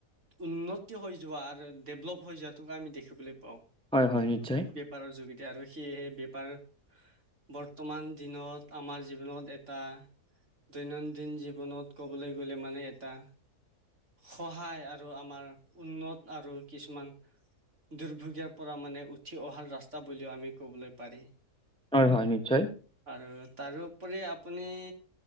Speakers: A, on the right; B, in the centre.
A: উন্নতি হৈ যোৱা আৰু ডেভলপ হৈ যোৱাতো আমি দেখিবলৈ পাওঁ।
B: হয় হয় নিশ্চয়।
A: বেপাৰৰ যোগেদি আৰু সেয়েহে বেপাৰ বৰ্তমান দিনত আমাৰ জীৱনত এটা দৈনন্দিন জীৱনত ক'বলৈ গ'লে মানে এটা সহায় আৰু আমাৰ উন্নত আৰু কিছুমান দুৰ্ভোগীয়া পৰা মানে উঠি অহাৰ ৰাস্তা বুলিও আমি ক'বলৈ পাৰি।
B: হয় হয় নিশ্চয়।
A: আৰু তাৰোপৰি আপুনি।